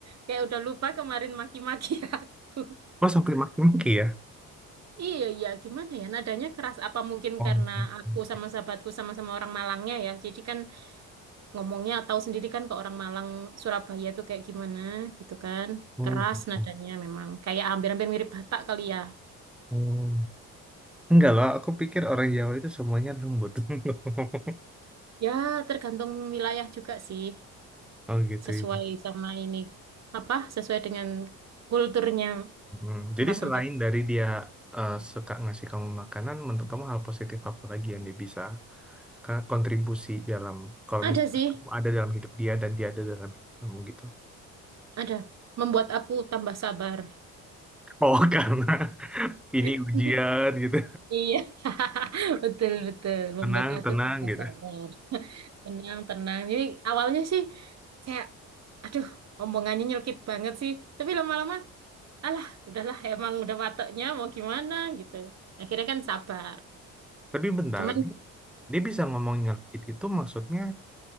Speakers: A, on the right; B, in the centre.
A: kayak udah lupa kemarin maki-maki <laughs> aku.
B: Oh, sampai maki-maki ya.
A: Iya, iya, gimana ya? Nadanya keras apa mungkin
B: Oh,
A: karena
B: gitu.
A: aku sama sahabatku sama-sama orang Malangnya ya. Jadi kan ngomongnya tahu sendiri kan ke orang Malang Surabaya itu kayak gimana gitu kan
B: Oh,
A: keras
B: gitu.
A: nadanya memang kayak hampir-hampir mirip Batak kali ya
B: Oh. Enggak loh, aku pikir orang Jawa itu semuanya lembut. <laughs>
A: ya tergantung wilayah juga sih
B: Oh gitu
A: sesuai
B: ya.
A: sama ini apa sesuai dengan kulturnya
B: Hmm.
A: tempat-tempat
B: Jadi selain dari dia eh, suka ngasih kamu makanan, menurut kamu hal positif apa lagi yang dia bisa ka- kontribusi dalam kalau
A: ada
B: misalnya
A: sih
B: kamu ada dalam hidup dia dan dia ada dalam hidup kamu gitu?
A: ada membuat aku tambah sabar
B: Oh <laughs> karena ini
A: <laughs>
B: ujian gitu,
A: iya <laughs> betul betul membuat
B: tenang
A: aku
B: tenang
A: tambah
B: gitu.
A: sabar <laughs> Tenang, tenang. Jadi awalnya sih kayak, aduh, omongannya nyelkit banget sih. Tapi lama-lama alah udahlah emang udah wataknya mau gimana gitu akhirnya kan sabar
B: Tapi bentar,
A: cuman
B: dia bisa ngomong nyelkit itu maksudnya